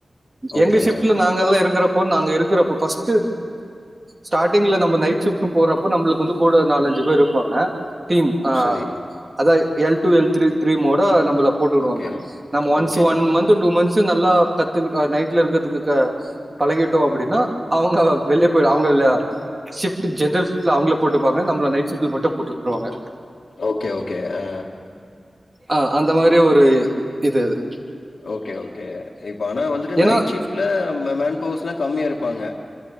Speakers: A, on the left; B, on the right.
A: ஓகே
B: எங்க ஷிப்ட்ல நாங்கல்லா இருக்குற இப்போ நாங்க இருக்குறப்போ பஸ்ட்டு ஸ்டார்டிங் ல நம்ம நைட் ஷிப்ட் போறப்ப நம்மளுக்கு வந்து கூட நலஞ்சு அஞ்சி பேர் இருப்பாங்க டீம் ஆ
A: சரி
B: அத L two L three three மோட நம்பல போட்டு விடுவாங்க
A: ஓகே
B: நம்ம once
A: okay
B: one month two month once நல்லா கத்துக்குட்டா நைட்ல இருக்குறத்துக்கு பழகிட்டோ அப்டின்னா அவுங்க வெளிய போய் அவுங்க இல்ல ஷிப்ட் ஜென்றல் ஷிப்ட்ல அவுங்கல போட்டுப்பாங்க நப்ல னைட் ஷிப்ட்ல மட்டும் போட்டு உட்ருவாங்க
A: ஓகே ஓகே ஆ
B: ஆ அந்த மாதிரி ஒரு இது அது
A: ஓகே ஓகே இப்ப ஆனா வந்துட்டு
B: ஏன்னா
A: நைட் ஷிப்ட்ல மே மேன் பவர்ஸ்ல்லாம் கம்மியா இருப்பாங்க